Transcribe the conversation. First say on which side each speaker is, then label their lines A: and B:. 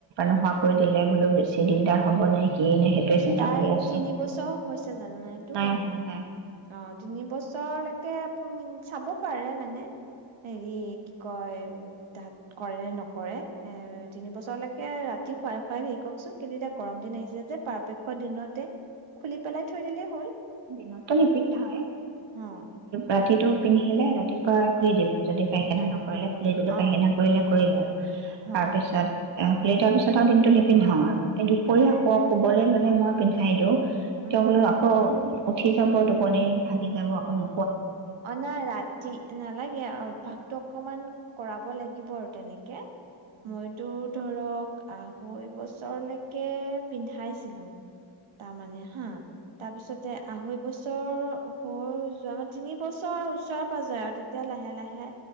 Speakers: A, on the right (about 60°); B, on the right (about 85°).
A: নোহোৱা কৰি দিলে বোলো বেছি দিগদাৰ হব নে কিয়ে নে। সেইটোৱে চিন্তা
B: তাইৰ
A: কৰি আছোঁ।
B: তিনি বছৰ হৈছে জানো নাইটো
A: নাই
B: হোৱা।
A: নাই হোৱা নাই
B: অ তিনি বছৰলৈকে আপুনি চাব পাৰে মানে। হেৰি কি কয়। উ তাত কৰে নকৰে। এ তিনিবছৰলৈক। ৰাতি শুৱাই খুৱাই হেৰি ককচোন কিন্তু এতিয়া গৰম দিন আহিছে যে পৰাপক্ষত দিনতে খুলি পেলাই থৈ দিলেই হ'ল
A: দিনতটো নিপিন্ধাওয়ে
B: অ
A: ৰাতিটো পিন্ধিলে ৰাতিপুৱা ধুই দিলোঁ যদি পাইখানা নহয় কৰিলে খুলি দিলো
B: অ
A: পাইখানা কৰিলে কৰিলে আৰু তাৰপিছত
B: হ
A: এ খ তাৰ পিছত আৰু দিনটো নিপিন্ধাও আৰু দুপৰীয়া
B: উম
A: শু শুবলে ল'লে মই পিন্ধাই দিওঁ
B: উম
A: তেওঁ বোলো আকৌ উঠি যাব টোপনি ভাগি যাব আকৌ নো
B: অ নাই ৰাতি নালাগে অভ্যাসটো অকমান কৰাব লাগিব আৰু তেনেকে
A: উম
B: মইতো ধৰক আঢ়ৈ বছৰলৈকে পিন্ধাইছিলো তাৰমানে হা তাৰ পিছতে আঢ়ৈ বছৰ হৈ যোৱা মাত তিনি বছৰৰ ওচৰে পাজৰে আৰু এতিয়া লাহে লাহে